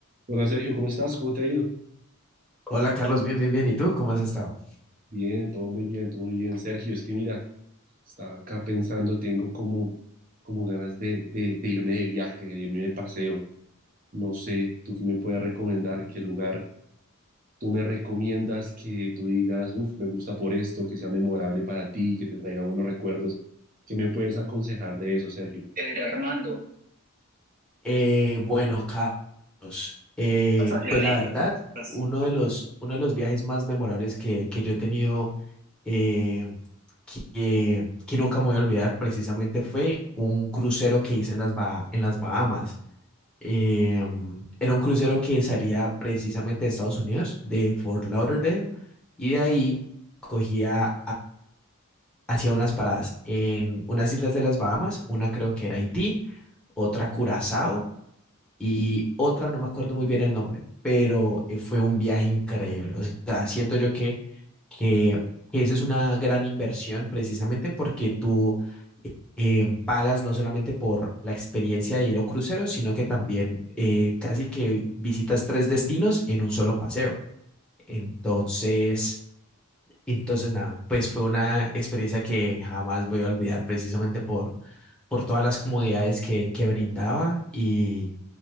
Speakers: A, on the right; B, in the centre.
A: Hola Sergio, ¿cómo estás? ¿Cómo te ha ido?
B: Hola Carlos, bien, bien, bien. ¿Y tú? ¿Cómo has estado?
A: Bien, todo muy bien, todo muy bien. Sergio, es que mira, estaba acá pensando, tengo como, como ganas de, de, de irme de viaje, de irme de paseo. No sé, ¿tú qué me puedes recomendar? ¿Qué lugar tú me recomiendas que tú digas, uff, me gusta por esto, que sea memorable para ti, que te traiga buenos recuerdos? ¿Qué me puedes aconsejar de eso, Sergio? Eh, Mira, Armando,
B: Eh, bueno, Carlos, eh,
A: estás ansiado
B: pues
A: ahí,
B: la verdad,
A: estás
B: uno de los, uno de los viajes más memorables que, que yo he tenido, eh, que, que nunca me voy a olvidar, precisamente fue un crucero que hice en las, Ba- en las Bahamas. Eh, era un crucero que salía precisamente de Estados Unidos, de Fort Lauderdale, y de ahí cogía hacía unas paradas en unas islas de las Bahamas, una creo que era Haití, otra Curazao y otra no me acuerdo muy bien el nombre, pero eh, fue un viaje increíble. O sea, siento yo que, que, que esa es una gran inversión precisamente porque tú eh, pagas no solamente por la experiencia de ir a un crucero, sino que también eh, casi que visitas tres destinos en un solo paseo. Entonces... Entonces, nada, pues fue una experiencia que jamás voy a olvidar precisamente por, por todas las comodidades que, que brindaba y,